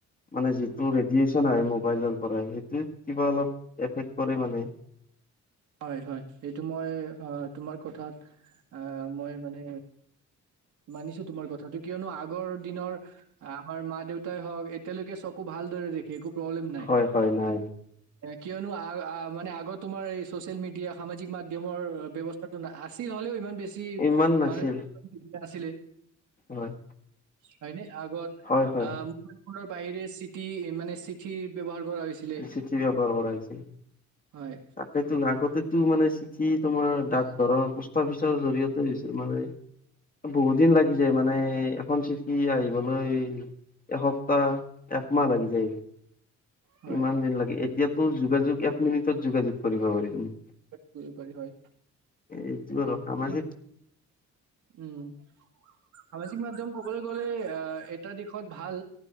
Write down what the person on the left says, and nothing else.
মানে যিটো ৰেডিয়েচন আহে মোবাইলৰ পৰা সেইটোত কিবা অলপ এফেক্ট কৰে মানে।
হয়, হয়, নাই।
ইমান নাছিল
হয়
হয় হয়
চিঠি ব্যৱহাৰ কৰা হৈছে।
তাকেতো আগতেতো মানে চিঠ কি তোমাৰ ডাকঘৰৰ পোষ্ট অফিচৰ জৰিয়তে হৈছিল মানে। বহুত দিন লাগিছে মানে এখন চিটি আহিবলৈ। এসপ্তাহ একমাহ লাগি যায়
ইমান দিন লাগে এতিয়াতো যোগাযোগ এক মিনিটত যোগাযোগ কৰিব পাৰি তুমি
এইটো
আৰু সামাজিক